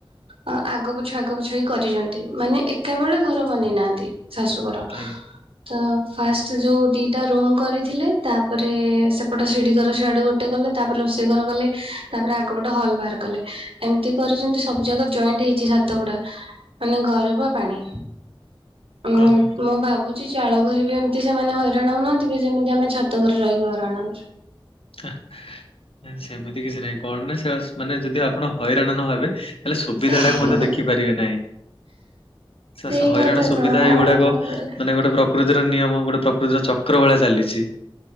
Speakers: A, on the right (about 85°); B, on the left (about 90°).
A: ଅ ଆଗ ପଛ ଆଗ ପଛ ହେଇ କରିଛନ୍ତି ମାନେ ଏକା ବେଳେ ଘର ବନେଇ ନାହାନ୍ତି। ଶାଶୁଘର।
B: ଆଜ୍ଞା
A: ତ ଫାର୍ଷ୍ଟ ଯୋଉ ଦିଟା ରୁମ କରିଥିଲେ ତାପରେ ସେପଟ ସିଡି। ଘର ସିଆଡୁ ଗୋଟେ କଲେ ତାପରେ ରୋଷେଇ ଘର କଲେ ତାପରେ ଆଗ ପଟେ ହଲ ବାହାର କଲେ। ଏମିତି କରିଛନ୍ତି ସବୁ ଯାକ ଜଏଣ୍ଟ ହେଇଛି ଛାତ ଗୁଡା। ମାନେ ଘରେ ପା ପାଣି ଉଁ
B: ହଁ ହଁ।
A: ମୋ ଭାବୁ ଚି ଚାଳ ଘରେ ବି ଏମିତି ସେମାନେ ହଇରାଣ ହଉନାହାନ୍ତିି କି ଯେମିତି ଆମେ ଛାତ ଘରେ ରହିକି ହଇରାଣ ହଉଛୁ।
B: ଏ ଏ ସେମିତି କିଛି ନାହିଁ କଣ ନା ସେଅସ ମାନେ ଯଦି ଆପଣ ହଇରାଣ ନହେବେ। ତାହେଲେ ସୁବିଧା
A: ହଉଛୁ।
B: ଟାକୁ ମଧ୍ୟ ଦେଖିପାରିବେ ନାହିଁ। ସେ
A: ସେଇ
B: ସ ହଇରାଣ
A: କଥା
B: ସୁବିଧା
A: ତ ଆଉ
B: ଏଇଗୁଡାକ
A: କଣ କରିବା।
B: ମାନେ ଗୋଟେ ପ୍ର କୃତିର ନିୟମ ଗୋଟେ ପ୍ରକୃତିର ଚକ୍ର ଭଳିଆ ଚାଲିଛି।